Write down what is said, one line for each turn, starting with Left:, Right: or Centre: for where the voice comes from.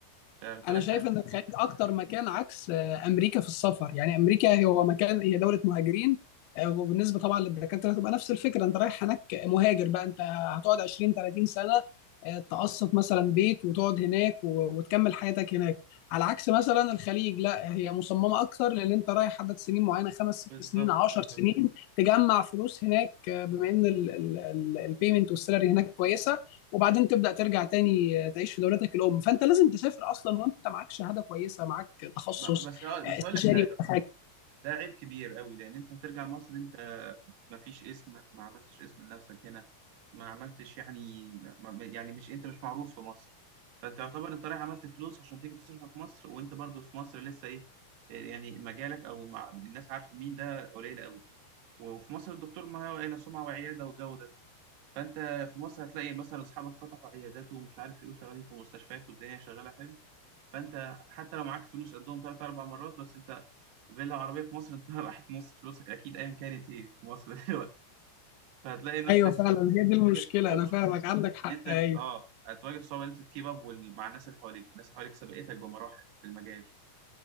Right: آه، انت
Left: انا
Right: رايح
Left: شايف
Right: تأدي
Left: ان الخليج اكتر مكان عكس آه، امريكا في السفر يعني امريكا هو مكان هي دوله مهاجرين آه، وبالنسبه طبعا للدكاتره هتبقى نفس الفكره انت رايح هناك مهاجر بقى انت هتقعد 20 30 سنه آه، تقسط مثلا بيت وتقعد هناك و- وتكمل حياتك هناك على عكس مثلا الخليج لا هي مصممه اكتر لان انت رايح عدد سنين معينه خمس ست
Right: بالظبط
Left: سنين 10
Right: بالظبط
Left: سنين تجمع فلوس هناك آه، بما ان البيمنت والسالري هناك كويسه وبعدين تبدا ترجع تاني تعيش في دولتك الام فانت لازم تسافر اصلا وانت معاك شهاده كويسه معاك تخصص
Right: ب- بس آه، بس
Left: آه، استشاري
Right: هقول لك حاجة
Left: ولا حاجه
Right: ده عيب كبير قوي لان انت هترجع مصر انت ما فيش اسم ما عملتش اسم لنفسك هنا ما عملتش يعني ما ما- يعني مش انت مش معروف في مصر فانت يعتبر انت رايح عملت فلوس عشان تيجي تصرفها في مصر وانت برضو في مصر لسه ايه يعني مجالك او مع الناس عارفه مين ده قليل قوي وفي مصر الدكتور معاه الا سمعه وعياده والجو ده فانت في مصر هتلاقي مثلا اصحابك فتحوا عيادات ومش عارف ايه وشغالين في مستشفيات والدنيا شغاله حلو فانت حتى لو معاك فلوس قدهم تلات اربع مرات بس انت فيلا عربيه في مصر انت <laughs> راحت نص فلوسك اكيد ايا كانت ايه في مصر <laughs> دلوقتي فهتلاقي نفسك
Left: ايوه فعلا
Right: بقى
Left: هي دي
Right: بتواجه
Left: المشكله
Right: صعوبه
Left: انا فاهمك عندك حق
Right: ان انت
Left: ايوه
Right: ت- اه هتواجه صعوبه ان انت تكيب اب وال- مع الناس اللي حواليك الناس اللي حواليك سبقتك بمراحل في المجال